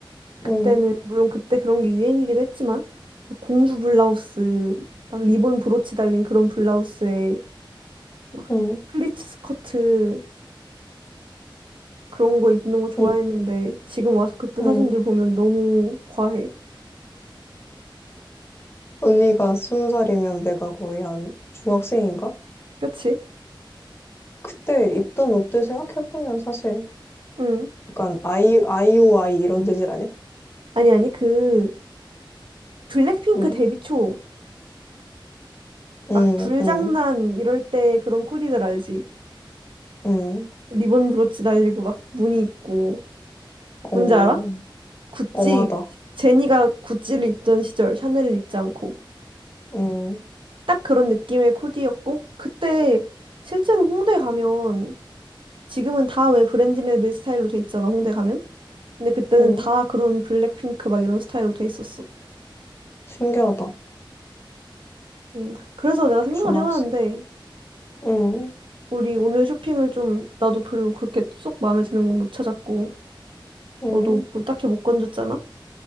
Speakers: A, on the right; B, on the left.
A: 그때는
B: 응,
A: 물론 그때 그런 게 유행이기도 했지만 막 공주 블라우스 막 리본 브로치 달린 그런 블라우스에 막
B: 응,
A: 플리츠 스커트 그런 거 입는 거 좋아했는데
B: 응,
A: 지금 와서 그때
B: 응.
A: 사진들 보면 너무 과해
B: 언니가 스무 살이면 내가 거의 한 중학생인가?
A: 그렇지?
B: 그때 입던 옷들 생각해보면 사실
A: 응
B: 약간 아이, 아이오아이 이런 재질 아니야?
A: 아니 아니 그 블랙핑크
B: 응,
A: 데뷔 초
B: 응,
A: 막 불장난
B: 응,
A: 이럴 때 그런 코디들 알지?
B: 응.
A: 리본 브로치 달리고 막 무늬 있고
B: 어,
A: 뭔지 알아? 구찌
B: 엄하다.
A: 제니가 구찌를 입던 시절 샤넬을 입지 않고
B: 응,
A: 딱 그런 느낌의 코디였고 그때 실제로 홍대 가면 지금은 다 왜 브랜디멜빌 스타일로 돼 있잖아 홍대 가면 근데 그때는
B: 응.
A: 다 그런 블랙핑크 막 이런 스타일로 돼 있었어
B: 신기하다.
A: 음 그래서 내가 생각을
B: 중학생.
A: 해봤는데
B: 응,
A: 우리 오늘 쇼핑을 좀 나도 별로 그렇게 쏙 마음에 드는 건 못 찾았고
B: 응,
A: 너도 뭐 딱히 못 건졌잖아